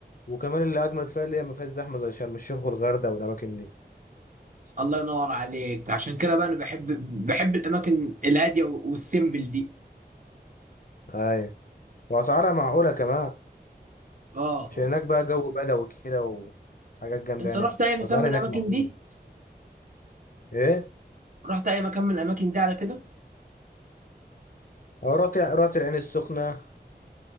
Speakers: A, on the left (about 55°); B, on the right (about 50°).
A: وكمان اللي أجمد فيها اللي هي ما فيهاش زحمة زي شرم الشيخ والغردقة والأماكن دي
B: الله ينور عليك عشان كده بقى انا بحب بحب الاماكن الهاديه والسيمبل دي
A: أيوة وأسعارها معقولة كمان
B: اه
A: عشان هناك بقى جو بدوي كده وحاجات جامدة
B: انت
A: يعني
B: رحت اي مكان
A: أسعار
B: من الاماكن
A: هناك معقولة
B: دي
A: إيه؟
B: رحت اي مكان من الاماكن دي على كده
A: أو رحت رحت العين السخنة